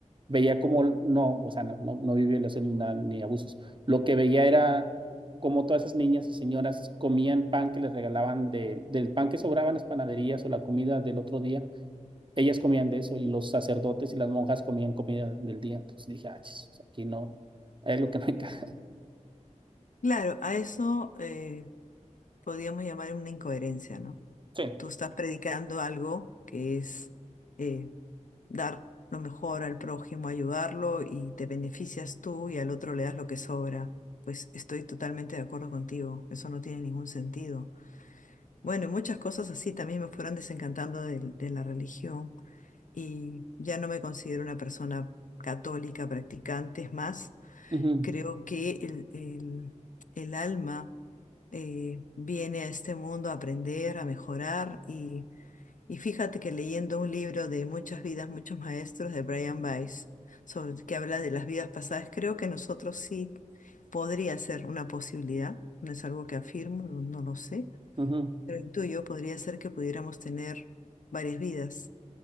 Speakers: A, on the right (about 40°); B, on the left (about 75°).
A: Veía cómo, no, o sea, no, no, no vi violación ni nada, ni abusos. Lo que veía era cómo todas esas niñas y señoras comían pan que les regalaban de- del pan que sobraba en las panaderías o la comida del otro día ellas comían de eso y los sacerdotes y las monjas comían comida del día. Entonces dije, ah, chis, o sea, aquí no, es lo que no encaja.
B: Claro, a eso eh, podríamos llamar una incoherencia, ¿no?
A: Sí.
B: Tú estás predicando algo que es eh, dar lo mejor al prójimo, ayudarlo y te beneficias tú y al otro le das lo que sobra. Pues estoy totalmente de acuerdo contigo, eso no tiene ningún sentido. Bueno, y muchas cosas así también me fueron desencantando del- de, la religión y ya no me considero una persona católica practicante, es más,
A: Ujú,
B: creo que el, el el alma eh, viene a este mundo a aprender, a mejorar y, y fíjate que leyendo un libro de Muchas vidas, muchos maestros de Brian Weiss, sobre- que habla de las vidas pasadas, creo que nosotros sí podría ser una posibilidad, no es algo que afirmo, no, no lo sé,
A: ujú,
B: pero el tuyo podría ser que pudiéramos tener varias vidas